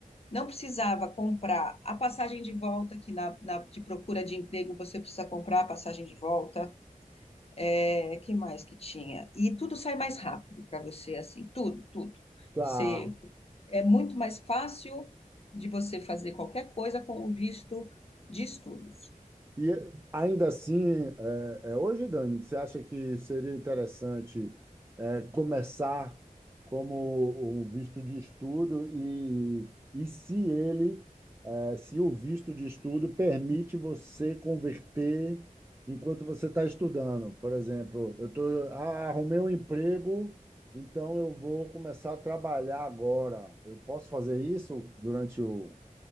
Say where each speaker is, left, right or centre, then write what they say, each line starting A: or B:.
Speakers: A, on the left; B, on the right.
A: não precisava comprar a passagem de volta, que na, na- de procura de emprego você precisa comprar a passagem de volta, é, que mais que tinha? E tudo sai mais rápido para você, assim, tudo, tudo.
B: tá.
A: Você, é muito mais fácil de você fazer qualquer coisa com o visto de estudos.
B: E ainda assim, é, é, hoje, Dani, você acha que seria interessante é, começar como um visto de estudo e, e se ele, é, se o visto de estudo permite você converter enquanto você está estudando? Por exemplo, eu tô, ah, arrumei um emprego, então eu vou começar a trabalhar agora. Eu posso fazer isso durante o